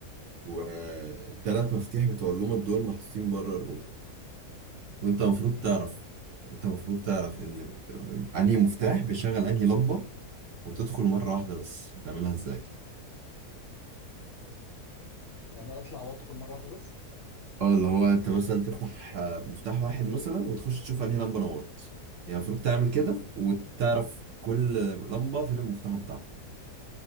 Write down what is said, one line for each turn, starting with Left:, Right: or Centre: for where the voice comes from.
Right: والتلات مفاتيح بتوع اللمض دول محطوطين بره الأوضة وأنت المفروض
Left: امم
Right: تعرف أنت المفروض تعرف إن أنهي مفتاح بيشغل أنهي لمبة وتدخل مرة واحدة بس هتعملها إزاي؟
Left: يعني اطلع وادخل مره واحده بس
Right: اه اللي هو أنت مثلا تفتح آه، مفتاح واحد مثلا وتخش تشوف أنهي لمبة نورت يعني المفروض تعمل كده وتعرف كل لمبة فين المفتاح بتاعها